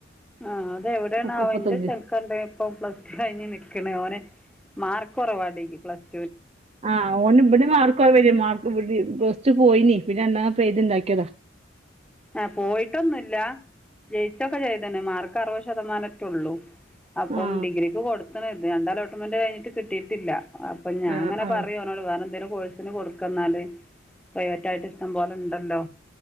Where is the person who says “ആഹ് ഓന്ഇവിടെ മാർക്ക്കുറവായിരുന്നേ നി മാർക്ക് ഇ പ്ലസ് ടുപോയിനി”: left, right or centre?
Right